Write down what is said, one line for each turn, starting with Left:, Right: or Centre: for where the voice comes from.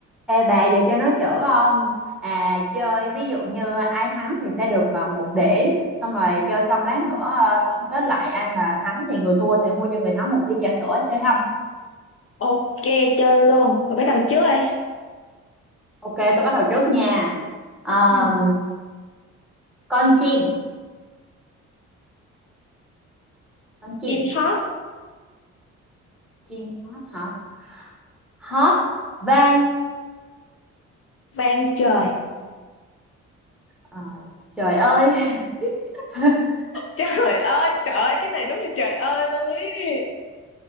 Centre: Ê bà giờ chơi nói chữ không? À chơi ví dụ như ai thắng thì sẽ được ờ, một điểm Xong rồi chơi xong lát nữa ờ, tổng kết lại ai mà thắng thì người thua sẽ mua cho người thắng một ly trà sữa chơi không?
Left: Ok chơi luôn Mình bắt đầu trước đây
Centre: Ok tôi bắt đầu trước nha Ờm,
Left: ừ.
Centre: Con chim Con chim
Left: Chim hót
Centre: Chim hót hả? Hót vang
Left: vang trời
Centre: Ờ, Trời ơi <laughs>
Left: Trời ơi, trời ơi, cái này đúng là trời ơi luôn ý.